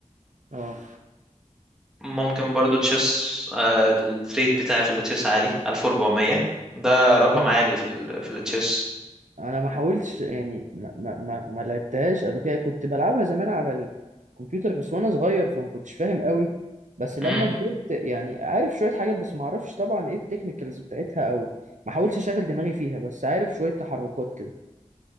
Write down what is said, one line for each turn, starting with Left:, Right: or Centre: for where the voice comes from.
Right: اه
Centre: ممكن برضو تشيس آه، الريت بتاعي في التشيس عالي 1400 ده رقم
Right: جامد
Centre: عالي في ال في التشيس
Right: انا ما حاولتش يعني ما ما ما ما لعبتهاش قبل كده كنت بلعبها زمان على الكمبيوتر بس وانا صغير فما كنتش فاهم قوي بس لما
Centre: امم
Right: كبرت يعني عارف شوية حاجات بس ما اعرفش طبعا ايه التكنيكالز بتاعتها او ما حاولتش اشغل دماغي فيها بس عارف شوية تحركات كده